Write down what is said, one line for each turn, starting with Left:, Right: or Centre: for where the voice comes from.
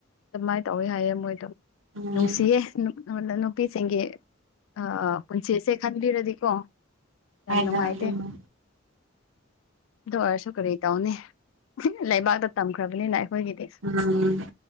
Left: ꯑꯗꯨꯃꯥꯏ ꯇꯧꯋꯦ ꯍꯥꯏꯌꯦ ꯃꯣꯏꯗꯣ
Right: ꯎꯝ
Left: ꯅꯨꯡꯁꯤꯌꯦ ꯅꯨꯞ ꯑꯅ ꯅꯨꯄꯤꯁꯤꯡꯒꯤ ꯑ ꯄꯨꯟꯁꯤꯁꯦ ꯈꯟꯕꯤꯔꯗꯤꯀꯣ꯫ ꯌꯥꯝ
Right: ꯍꯥꯏꯅ
Left: ꯅꯨꯡꯉꯥꯏꯇꯦ꯫
Right: ꯑꯗꯨꯅꯤ
Left: ꯑꯗꯨ ꯑꯣꯏꯔꯁꯨ ꯀꯔꯤ ꯇꯧꯅꯤ ꯂꯩꯕꯥꯛꯇ ꯇꯝꯈ꯭ꯔꯕꯅꯤꯅ ꯑꯩꯈꯣꯏꯒꯤꯗꯤ꯫
Right: ꯎꯝ꯫